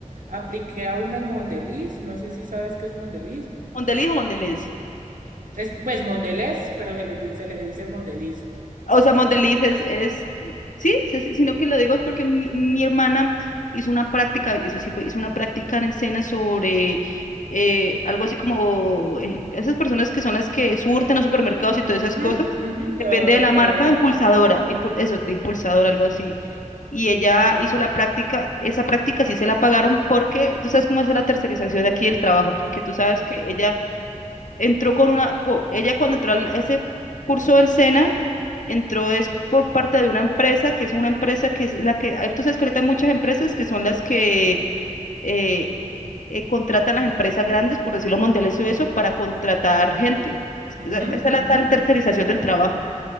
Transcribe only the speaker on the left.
Mondeliz o Mondelez.
O
sea, Mondeliz es, es sí, sí, sí, sino que lo digo es porque mi, mi hermana hizo una práctica, eso sí fue, hizo una práctica en el SENA sobre eh, algo así como eh, esas personas que son las que surten los supermercados y todas
esas cosas.
Depende de la
marca, impulsadora, impul- eso, de impulsadora, algo así. Y ella hizo la práctica, esa práctica sí se la pagaron porque tú sabes cómo es la tercerización aquí del trabajo, porque tú sabes
que ella entró con una, co- ella cuando entró a ese curso del SENA, entró es por parte de una empresa, que es una empresa que es la que, hay- tú sabes que ahorita hay muchas empresas que son las que eh, eh, contratan las empresas grandes, por decirlo, Mondelez y eso, para contratar gente.
Esa esa es
la tal tercerización del trabajo.